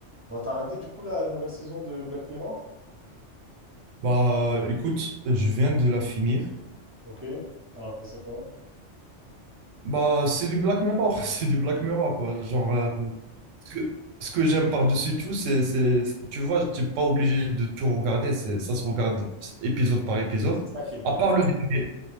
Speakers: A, on the right (about 20°); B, on the right (about 85°).
A: Bon, t'as regardé du coup la nouvelle saison de Black Mirror?
B: Bah, écoute, je viens de la finir.
A: Ok, t'en as pensé quoi?
B: Bah, c'est du Black Mirror, <laughs> c'est du Black Mirror, quoi. Genre, euh, ce que, ce que j'aime par-dessus tout, c'est, c'est, c'est- tu vois, t'es pas obligé de tout regarder, c'est, ça se regarde épisode par épisode,
A: C'est ça qui est bien,
B: à part
A: ouais.
B: le dernier.